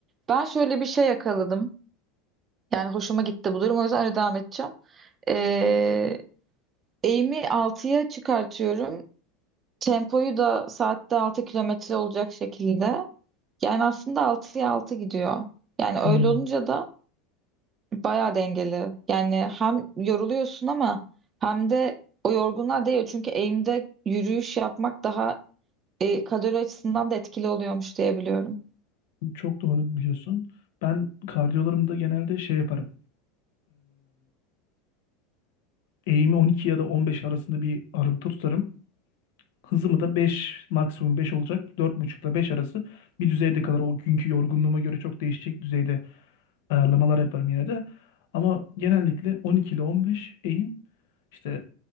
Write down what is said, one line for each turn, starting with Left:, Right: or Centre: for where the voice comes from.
Right: Ben şöyle bir şey yakaladım. Yani hoşuma gitti bu durum. O yüzden öyle devam edeceğim. Ee, eğimi altıya çıkartıyorum. Tempoyu da saatte 6 kilometre olacak şekilde. Yani aslında altıya 6 gidiyor. Yani öyle
Left: Hmm,
Right: olunca da bayağı dengeli. Yani hem yoruluyorsun ama hem de o yorgunluğa değiyor. Çünkü eğimde yürüyüş yapmak daha e, kalori açısından da etkili oluyormuş diye biliyorum.
Left: çok doğru biliyorsun. Ben kardiyolarımda genelde şey yaparım. Eğimi 12 ya da 15 arasında bir aralıkta tutarım. Hızımı da 5 maksimum 5 olacak. 4,5 ile 5 arası bir düzeyde kadar o günkü yorgunluğuma göre çok değişecek düzeyde ayarlamalar yaparım yine de. Ama genellikle 12 ile 15 eğim işte